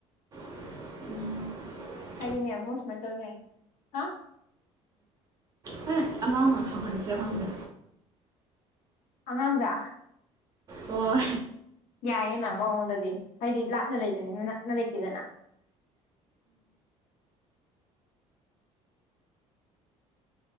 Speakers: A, on the right; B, on the left.
A: 'unintelligible'
B: ꯍꯥꯏꯗꯤꯅꯦ ꯃꯣꯏ ꯁꯨꯃꯥꯏ ꯇꯧꯋꯦ ꯍꯥꯏꯌꯦ ꯍꯥ
A: ꯍꯝ ꯑꯉꯥꯡ ꯑꯣꯏ ꯍꯪꯍꯟꯁꯤꯔꯥ ꯈꯪꯗꯦ
B: ꯑꯉꯥꯡꯗꯥ
A: ꯑꯣ
B: ꯌꯥꯏꯌꯦꯅ ꯃꯉꯣꯟꯗꯗꯤ ꯍꯥꯏꯗꯤ ꯂꯥꯞꯅ ꯂꯩꯕꯅꯤꯅ ꯅꯛꯅ ꯂꯩꯇꯦꯗꯅ